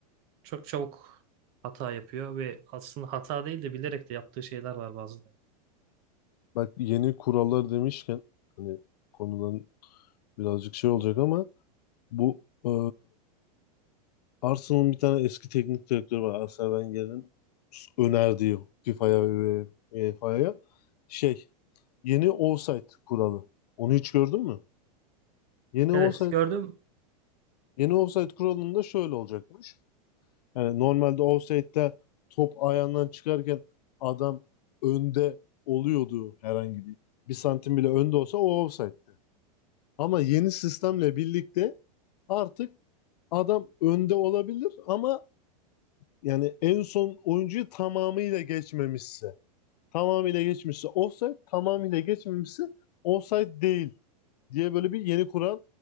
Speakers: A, on the right (about 40°); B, on the left (about 75°).
A: çok çabuk hata yapıyor ve aslında hata değil de bilerek de yaptığı şeyler var bazıları.
B: Bak yeni kurallar demişken hani konudan birazcık şey olacak ama bu e, Arsenal'ın bir tane eski teknik direktörü var. Arsene Wenger'in önerdiği FIFA'ya ve UEFA'ya şey yeni offside kuralı. Onu hiç gördün mü? Yeni offside
A: Evet gördüm.
B: yeni offside kuralında şöyle olacakmış. Yani normalde offside'de top ayağından çıkarken adam önde oluyordu herhangi bir. Bir santim bile önde olsa o offside'di. Ama yeni sistemle birlikte artık adam önde olabilir ama yani en son oyuncuyu tamamıyla geçmemişse tamamıyla geçmişse offside tamamıyla geçmemişse offside değil diye böyle bir yeni kural